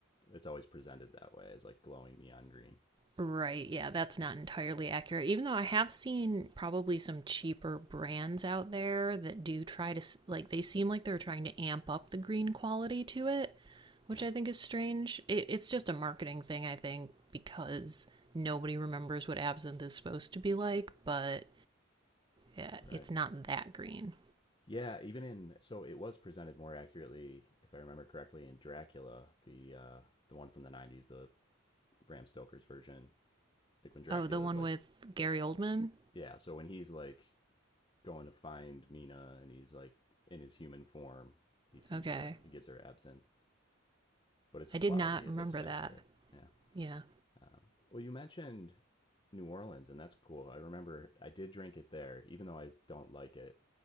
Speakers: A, on the left; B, on the right.
A: It's always presented that way as like glowing neon green.
B: Right, yeah, that's not entirely accurate. Even though I have seen probably some cheaper brands out there that do try to, s- like, they seem like they're trying to amp up the green quality to it, which
A: Yeah,
B: I think is strange. It, it's just a marketing thing, I think, because nobody remembers what absinthe is supposed to be like, but yeah,
A: right.
B: it's not that green.
A: Yeah, even in so it was presented more accurately, if I remember correctly, in Dracula, the uh the one from the nineties, the Bram Stoker's version. Like when Dracula
B: Oh, the one
A: is like
B: with Gary Oldman?
A: yeah, so when he's like going to find Mina and he's like in his human form, he feeds
B: Okay.
A: her, he gives her absinthe, but it's cloudy,
B: I did not
A: it
B: remember
A: looks accurate.
B: that.
A: Yeah.
B: Yeah.
A: Um, well, you mentioned New Orleans, and that's cool. I remember I did drink it there, even though I don't like it.